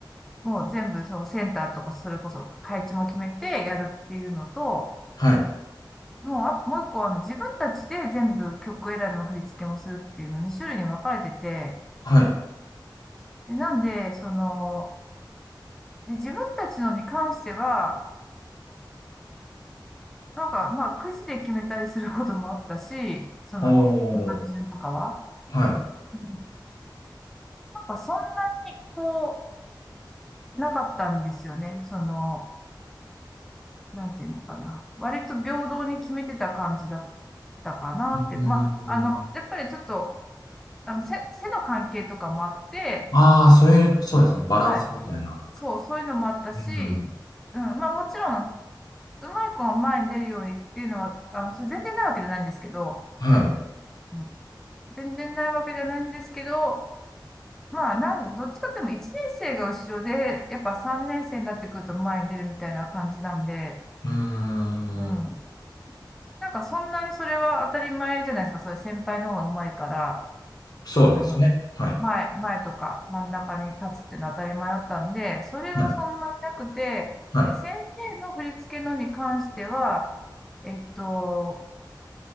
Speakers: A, in the centre; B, on the left.
A: もう全部そのセンターとかそれこそ配置も決めてやるっていうのと、
B: はい。
A: もうあ、もう一個あの自分たちで全部曲選びの振り付けもするっていうのに種類に分かれてて、
B: はい。
A: でなんで、その、で、自分たちのに関しては、なんかまあくじで決めたりすることもあったし、その、
B: お
A: 中身順とかは。
B: ー。はい。
A: うんなんかそんなにこう、なかったんですよね。その、なんていうのかな。割と平等に決めてた感じだったかなって。
B: うん。
A: まあ、あの、やっぱりちょっと、あの、背、背の関係とかもあって、
B: ああ、そういう、
A: あのはい。
B: そうですね。バランスみたいな。
A: そう、そういうのもあったし、
B: うん。
A: うん、まあもちろん、うまい子が前に出るようにっていうのは、あの、それ全然ないわけじゃないんですけど、
B: はい。
A: うん全然ないわけじゃないんですけど、まあ、なん、どっちかっていうと1年生が後ろで、やっぱ3年生になってくると前に出るみたいな感じなんで、
B: うーん。
A: うん。なんかそんなにそれは当たり前じゃないですか。そういう先輩の方が上手いから、
B: そうですね。
A: あの、
B: はい。
A: 前、前とか真ん中に立つっていうのは当たり前だったんで、それはそんなになくて、
B: はい。はい。
A: で、先生の振り付けのに関しては、えっと、